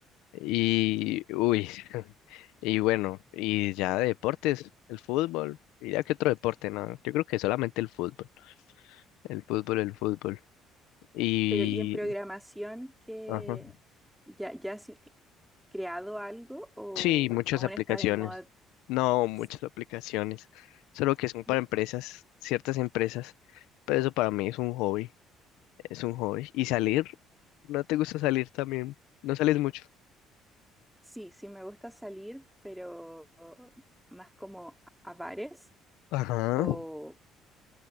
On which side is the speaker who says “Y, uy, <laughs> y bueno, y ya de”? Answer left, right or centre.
Left